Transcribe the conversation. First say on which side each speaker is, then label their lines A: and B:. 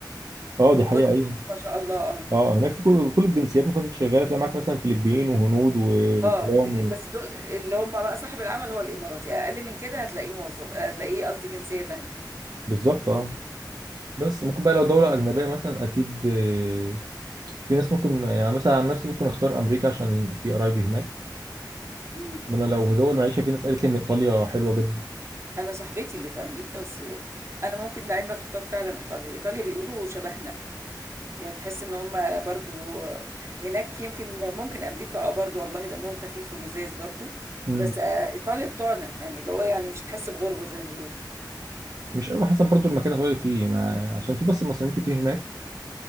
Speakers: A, on the right; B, on the right.
A: اه
B: من
A: دي حقيقة
B: كتر
A: أيوة
B: ما هم ما شاء الله اه
A: اه هناك في كل كل الجنسيات ممكن كنت شغالة تلاقي معاك مثلا فلبين وهنود و- وأوكران
B: اه بس
A: و...
B: دول اللي هم بقى صاحب العمل هو الاماراتي اقل من كده هتلاقيه موظف هتلاقيه قصدي جنسية تانية
A: بالظبط اه بس ممكن بقى لو دولة أجنبية مثلا أكيد آه، في ناس ممكن يعني مثلا عن نفسي ممكن أختار أمريكا عشان في قرايبي هناك
B: امم
A: انما لو دول معيشه في ناس قالت لي ان ايطاليا حلوه جدا
B: انا صاحبتي اللي في امريكا بس انا ممكن لعلمك اختار فعلا ايطاليا ايطاليا بيقولوا شبهنا يعني تحس ان هم برضو هناك يمكن ممكن امريكا اه برضو والله دمهم خفيف ولذاذ برضو
A: امم
B: بس آه، ايطاليا بتوعنا يعني اللي هو يعني مش تحس بغربة زي ما بيقولوا
A: مش قوي حسب برضو المكان اللي هتقعد فيه ما... عشان في بس مصريين كتير هناك